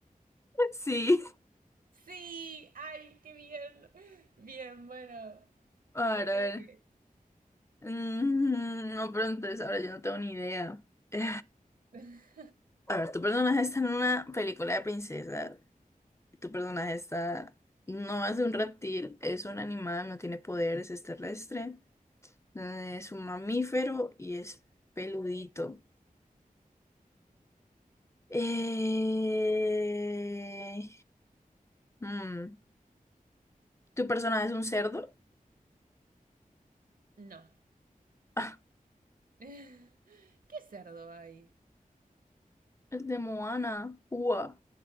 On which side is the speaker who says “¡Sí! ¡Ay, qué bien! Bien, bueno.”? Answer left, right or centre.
Right